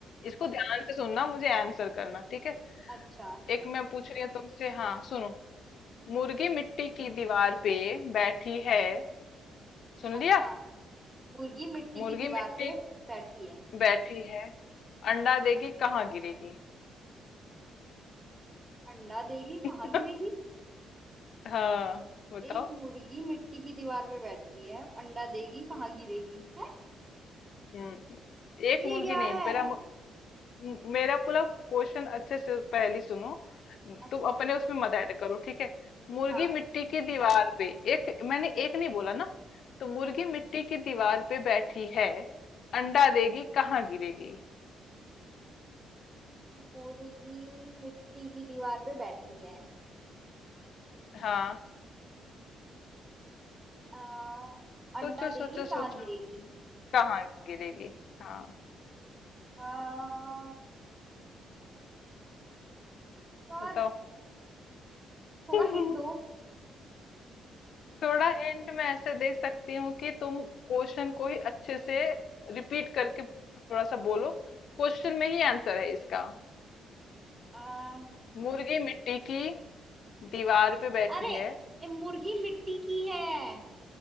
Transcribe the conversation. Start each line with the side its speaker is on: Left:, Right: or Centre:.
Left: इसको ध्यान से सुनना मुझे आंसर करना ठीक है
Right: अच्छा
Left: एक मैं पूछ रही हूँ तुमसे हाँ सुनो मुर्गी मिट्टी की दीवार पे बैठी है सुन
Right: अच्छा
Left: लिया
Right: मुर्गी मिट्टी
Left: मुर्गी
Right: की दीवार
Left: मिट्टी
Right: पे बैठी है
Left: बैठी है अंडा देगी कहाँ गिरेगी
Right: अंडा देगी
Left: <laughs>
Right: कहाँ गिरेगी
Left: हाँ बताओ
Right: एक मुर्गी मिट्टी की दीवार पे बैठी है अंडा देगी कहाँ गिरेगी है
Left: हम्म एक
Right: ये
Left: मुर्गी
Right: क्या
Left: नहीं
Right: है
Left: मेरा मु- म- मेरा पूरा क्वेश्चन अच्छे से पहली सुनो
Right: अच्छा
Left: तुम अपने उसमें मत ऐड करो ठीक है मुर्गी
Right: हाँ
Left: मिट्टी की दीवार पे एक मैंने एक नहीं बोला ना तो मुर्गी मिट्टी की दीवार पे बैठी है अंडा देगी कहाँ गिरेगी
Right: मुर्गी मिट्टी की दीवार पे बैठी है
Left: हाँ
Right: आ,
Left: सोचो
Right: अंडा देगी
Left: सोचो
Right: कहाँ
Left: सोचो
Right: गिरेगी
Left: कहाँ गिरेगी हाँ
Right: आ, यार
Left: बताओ
Right: थोड़ा
Left: <laughs>
Right: हिंट दो
Left: थोड़ा हिंट मैं ऐसे दे सकती हूँ कि तुम क्वेश्चन को ही अच्छे से रिपीट करके थोड़ा सा बोलो क्वेश्चन में ही आंसर है इसका
Right: आ,
Left: मुर्गी मिट्टी की दीवार पे बैठी
Right: अरे
Left: है
Right: ये मुर्गी मिट्टी की है